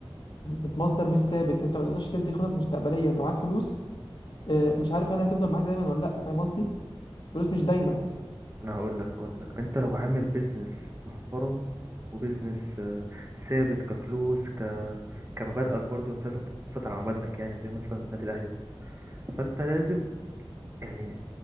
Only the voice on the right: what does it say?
انا هقول لك هقول لك انت لو عامل بيزنس محترم وبيزنس آه، ثابت كفلوس ك كمبادئك برضو انت لازم تثبت على مبادئك يعني زي مثلا النادي الاهلي وكده فانت لازم يعني